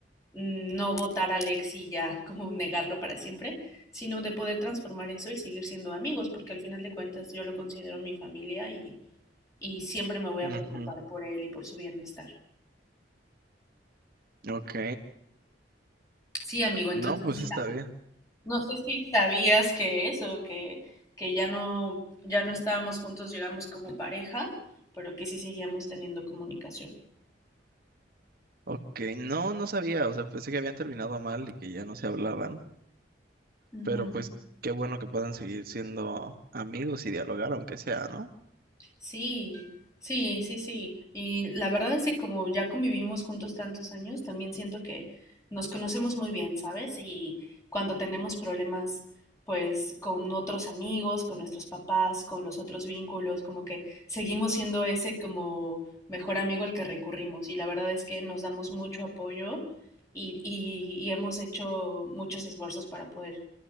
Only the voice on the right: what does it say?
ujú.
Ok,
no, pues
está bien.
Ok, no, no sabía, o sea, pensé que habían terminado mal y que ya no se hablaban,
pero pues qué bueno que puedan seguir siendo amigos y dialogar, aunque sea, ¿no?